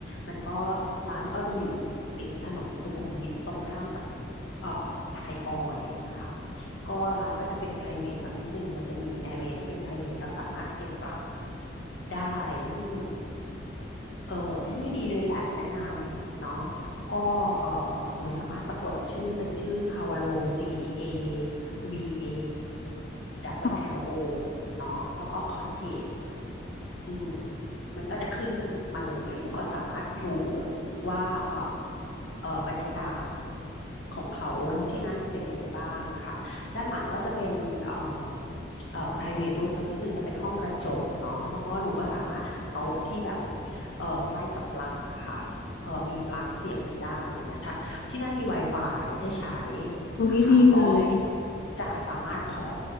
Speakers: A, on the left; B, on the left.
A: มันก็ร้านก็จะอยู่ติดถนนสุขุมวิทตรงข้ามกับเอ่อไทยออยล์ค่ะก็ร้านก็จะเป็น private สักนิดหนึ่งมันจะมี area ที่เป็น private แล้วสามารถเสียบปลั๊กได้ซึ่ง เออที่นี่ดีเลยแหละแนะนำเนาะก็เออหนูสามารถสะกดชื่อเป็นชื่อคาวาโล C A V A บเบิลแ
B: ค่ะ
A: l ลโ O เนาะแล้วก็คอ t เทจ อืมมันก็จะขึ้นมาเลยหนูก็สามารถดูว่าเอ่อเอ่อบรรยากาศของเขาที่นั่นเป็นยังไงบ้างนะคะด้านหลังก็จะเป็นเอ่อเอ่อ private room สักนิดหนึ่งจะเป็นห้องกระจกเนาะแล้วก็หนูก็สามารถหาโต๊ะที่แบบเอ่อใกล้กับปลั๊กอะค่ะเอ่อมีปลั๊กเสียบได้อย่างเงี้ยทั้งที่นั่นมี Wi-Fi ให้ใช้
B: ตรงนี้ดีเลย
A: นะคะก็จะสามารถขอ